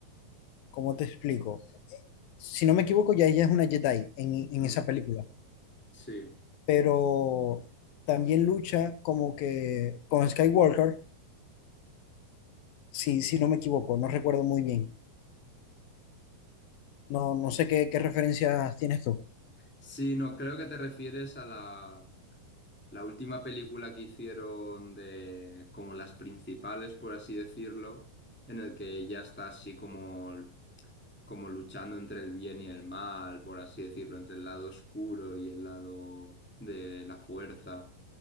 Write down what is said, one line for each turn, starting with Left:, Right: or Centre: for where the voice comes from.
Left: ¿cómo te explico? Si no me equivoco, ya ella es una Jedi en, en
Centre: mm,
Left: esa película,
Centre: sí.
Left: pero también lucha como que con Skywalker, si, si no me equivoco, no recuerdo muy bien. No, no sé qué, qué referencias tienes tú.
Centre: Sí, no, creo que te refieres a la, la última película que hicieron de como las principales, por así decirlo, en el que ella está así como como luchando entre el bien y el mal, por así decirlo, entre el lado oscuro y el lado de la fuerza.